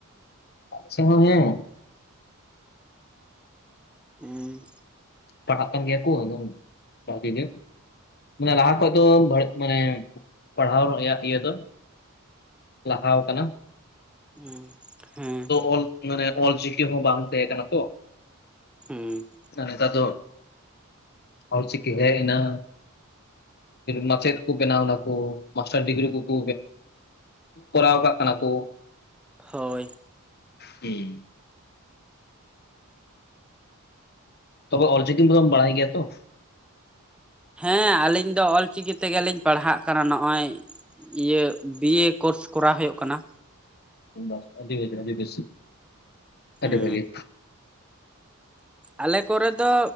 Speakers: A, on the left; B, in the centre.
A: ᱟᱞᱮ ᱥᱮᱫ ᱦᱚ ᱦᱮᱸ
B: ᱦᱩᱢ
A: ᱯᱟᱲᱦᱟᱜ ᱠᱟᱱ ᱜᱮᱭᱟ ᱠᱚ ᱟᱫᱚ ᱵᱷᱟᱜᱤ ᱜᱮ᱾ ᱢᱟᱱᱮ ᱞᱟᱦᱟ ᱠᱷᱚᱡ ᱫᱚ ᱢᱟᱱᱮ ᱯᱟᱲᱦᱟᱣ ᱨᱮᱭᱟᱜ ᱤᱭᱟᱹ ᱫᱚ ᱞᱟᱦᱟᱣ ᱟᱠᱟᱱᱟ᱾
B: ᱦᱩᱸ ᱦᱮ
A: ᱚᱞ ᱢᱟᱱᱮ ᱚᱞ ᱪᱤᱠᱤ ᱦᱚᱸ ᱵᱟᱝ ᱛᱟᱦᱮᱸ ᱠᱟᱱᱟ ᱛᱚ
B: ᱦᱚᱸ
A: ᱟᱨ ᱱᱮᱛᱟᱨ ᱫᱚ ᱚᱞ ᱪᱤᱠᱤ ᱦᱮᱜ ᱮᱱᱟ ᱢᱟᱪᱮᱫ ᱠᱚ ᱵᱮᱱᱟᱣ ᱚᱱᱟᱠᱚ, ᱢᱟᱥᱴᱟᱨ ᱰᱤᱜᱽᱨᱤ ᱠᱚᱠᱚ ᱠᱚᱨᱟᱣ ᱠᱟᱜ ᱠᱟᱱᱟ ᱠᱚ᱾
B: ᱦᱳᱭ
A: ᱦᱚᱸ ᱛᱚᱵᱮ ᱚᱞ ᱪᱤᱠᱤ ᱠᱚᱫᱚᱢ ᱵᱟᱲᱟᱭ ᱜᱮᱭᱟ ᱛᱚ
B: ᱦᱮᱸ ᱟᱞᱤᱧ ᱫᱚ ᱚᱞ ᱪᱤᱠᱤ ᱛᱮᱜᱮ ᱞᱤᱧ ᱯᱟᱲᱦᱟᱜ ᱠᱟᱱᱟ ᱱᱚᱜ ᱚᱭ ᱤᱭᱟᱹ ᱵᱤᱭᱮ ᱠᱳᱨᱥ ᱠᱚᱨᱟᱣ ᱦᱩᱭᱩᱜ ᱠᱟᱱᱟ
A: ᱵᱟ ᱟᱹᱰᱤ ᱵᱮᱥ ᱪᱮᱨᱦᱟ ᱟᱹᱰᱤ ᱵᱮᱥ ᱟᱹᱰᱤ
B: ᱦᱮᱸ
A: ᱵᱷᱟᱜᱤ
B: ᱟᱞᱮ ᱠᱚᱨᱮ ᱫᱚ